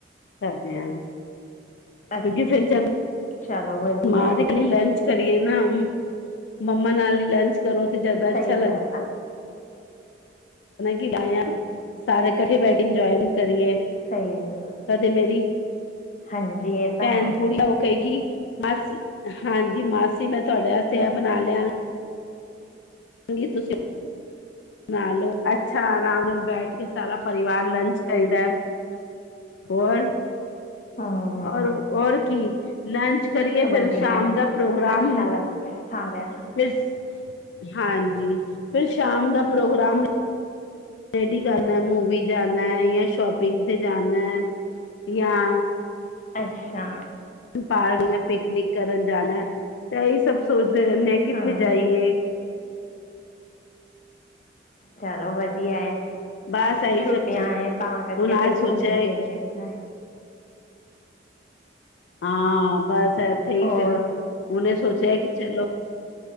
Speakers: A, on the left; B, on the left.
A: ਕਰਦੇ ਆਂ
B: ਅੱਛਾ
A: ਕਿਉਂਕਿ ਫਿਰ ਚਲ,
B: ਚਲੋ ਵਧੀਆ
A: ਮਾਂ
B: ਹੈ
A: ਦੀ ਗਲੀ ਲੰਚ। ਕਰੀਏ ਨਾ, ਮੰਮਾ ਨਾਲ ਈ ਲੰਚ ਕਰੋ ਤੇ ਜ਼ਿਆਦਾ ਅੱਛਾ
B: ਸਹੀ
A: ਲੱਗਦਾ
B: ਗੱਲ ਆ
A: ਕਿ ਬੈ <inaudible> ਸਾਰੇ ਇਕੱਠੇ ਬਹਿ ਕੇ ਇੰਜੋਏਮੈਂਟ ਕਰੀਏ।
B: ਸਹੀ ਗੱਲ ਆ
A: ਕਦੇ ਮੇਰੀ
B: ਹਾਂਜੀ ਇਹ ਤਾਂ
A: ਭੈਣ
B: ਹੈ
A: ਬੁੜੀ, ਔ ਕਹੇਗੀ ਮਾਸੀ, ਹਾਂਜੀ ਮਾਸੀ ਸੀਮਤ ਤੁਹਾਡੇ ਵਾਸਤੇ
B: ਹਮ
A: ਇਹ ਬਣਾ ਲਿਆ। ਹਾਂ ਗੀ ਤੁਸੀਂ- ਨਾ ਲੋ ਅੱਛਾ ਆਰਾਮ ਨਾਲ ਬੈਠ ਕੇ ਸਾਰਾ ਪਰਿਵਾਰ ਲੰਚ ਕਰਦਾ। ਹੋਰ।
B: ਹਮ
A: ਔਰ ਹੋਰ ਕੀ ਲੰਚ ਕਰੀਏ। ਫਿਰ
B: ਵਧੀਆ
A: ਸ਼ਾਮ
B: ਹੈ
A: ਦਾ ਪ੍ਰੋਗਰਾਮ,
B: ਅੱਛਾ ਲੱਗਦਾ ਹੈ ਸਾਰਿਆਂ ਨਾਲ
A: ਫਿਰ, ਹਾਂਜੀ। ਫਿਰ ਸ਼ਾਮ ਦਾ ਪ੍ਰੋਗਰਾਮ ਰੇਡੀ ਕਰਨਾ ਮੂਵੀ ਜਾਣਾ ਜਾਂ ਸ਼ੋਪਿੰਗ ਤੇ ਜਾਣਾ ਯਾਂ
B: ਅੱਛਾ।
A: ਬਾਹਰ ਇਆਂ ਪਿਕਨਿਕ ਕਰਨ ਜਾਣਾ ਤੇ ਇਹੀ ਸਭ ਸੋਚਦੇ ਰਹਿੰਨੇ ਆ ਕਿੱਥੇ
B: ਹਮ
A: ਜਾਈਏ?
B: ਚਲੋ ਵਧੀਆ ਏ।
A: ਬਸ ਇਹੀ
B: ਛੁੱਟੀਆਂ
A: ਸਭ
B: ਏ ਤਾਂ ਕਰਕੇ
A: ਹੁਣ
B: ਫਿਰ
A: ਅੱਜ ਸੋਚਿਆ
B: ਘੁੰਮ
A: ਹੈ
B: ਫਿਰ
A: ਕਿ
B: ਲੈਂਦਾ।
A: ਹਾਂ, ਬਸ ਇੱਥੇ ਹੀ
B: ਹੋਰ
A: ਫਿਰ ਉਹਨੇ ਸੋਚ ਜੈਕ ਚਲੋ।